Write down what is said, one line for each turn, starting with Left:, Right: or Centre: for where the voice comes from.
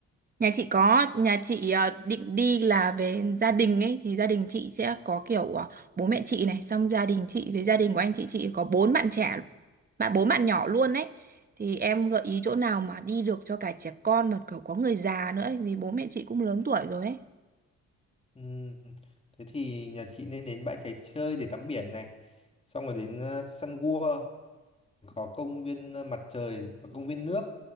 Right: Nhà chị có, nhà chị ờ, định đi là về gia đình ấy thì gia đình chị sẽ có kiểu ờ, bố mẹ chị này, xong gia đình chị với gia đình của anh chị chị có bốn bạn trẻ, bạn bốn bạn nhỏ luôn ấy. Thì em gợi ý chỗ nào mà đi được cho cả trẻ con và kiểu có người già nữa ấy, vì bố mẹ chị cũng lớn tuổi rồi ấy.
Left: Ừm, thế thì nhà chị nên đến bãi cháy chơi để tắm biển này. Xong rồi đến ờ, săn gua, có công viên ờ, mặt trời và công viên nước.